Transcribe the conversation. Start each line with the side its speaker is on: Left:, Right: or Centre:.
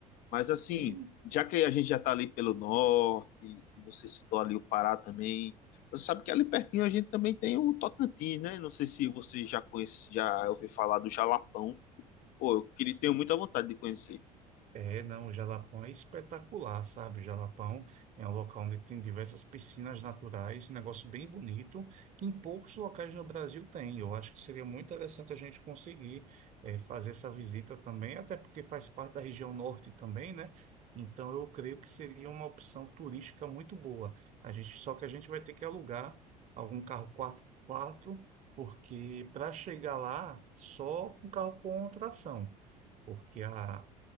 Left: Mas assim,
Right: Sim,
Left: já que a gente já está ali pelo norte, e você citou ali o Pará também, você sabe que ali pertinho a gente também tem o Tocantins, né? Não sei se você já conhece, já ouviu falar do Jalapão. Pô, eu queria, tenho muita vontade de conhecer.
Right: É, não, o Jalapão é espetacular, sabe? O Jalapão é um local onde tem diversas piscinas naturais, um negócio bem bonito, que em poucos locais no Brasil tem. Eu acho que seria muito interessante a gente conseguir eh, fazer essa visita também, até porque faz parte da região norte também, né? Então eu creio que seria uma opção turística muito boa. A gente, só que a gente vai ter que alugar algum carro 4x4, porque para chegar lá, só um carro com tração porque a,